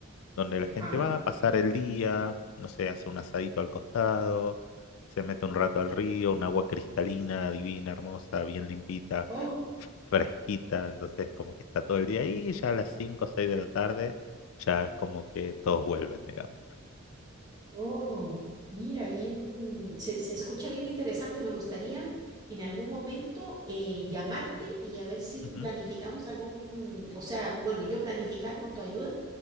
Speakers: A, on the left; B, on the right.
A: donde la gente
B: ajá.
A: va a pasar el día, no sé, hace un asadito al costado, se mete un rato al río, un agua cristalina, divina, hermosa, bien limpita,
B: Oh,
A: fresquita, entonces como que está todo el día ahí, y ya a las 5 o 6 de la tarde, ya es como que todos vuelven, digamos.
B: oh. Mira, bien, se, se escucha bien interesante. Me gustaría en algún momento eh, llamarte y a ver si
A: Ujú.
B: planificamos algún, o sea, bueno, yo planificar con tu ayuda